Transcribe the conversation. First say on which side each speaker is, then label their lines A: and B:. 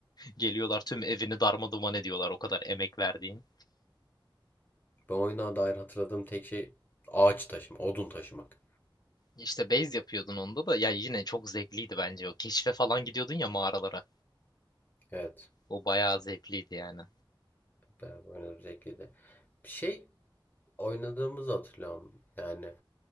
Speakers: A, on the left; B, on the left.
A: Geliyorlar tüm evini darmaduman ediyorlar o kadar emek verdiğin.
B: Ben oyuna dair hatırladığım tek şey ağaç taşıma, odun taşımak.
A: İşte base yapıyordun onda da ya yine çok zevkliydi bence o. Keşfe falan gidiyordun ya mağaralara.
B: Evet.
A: O bayağı zevkliydi yani.
B: Beraber oynadığımız zevkliydi. Bir şey oynadığımızı hatırlıyorum. Yani